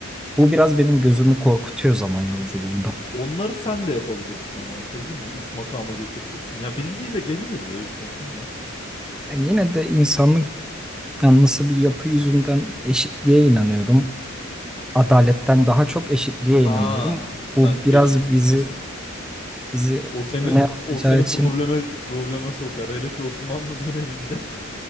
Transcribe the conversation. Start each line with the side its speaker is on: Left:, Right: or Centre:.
Centre: Bu biraz benim gözümü korkutuyor zaman yolculuğunda.
Left: Onları sen de yapabilirsin ama anlatabildim mi? Üst makama getirtirsin. Ya bilgiyle geliriz be üst makama.
Centre: Yani yine de insanlık yanlısı bir yapı yüzünden eşitliğe inanıyorum. Adaletten daha çok eşitliğe
Left: Ha,
Centre: inanıyorum.
Left: sen
Centre: Bu biraz
Left: eşitlikçisin.
Centre: bizi bizi
Left: O seni
Centre: öne atacağı
Left: o seni
Centre: için
Left: probleme probleme sokar. Hele ki Osmanlı döneminde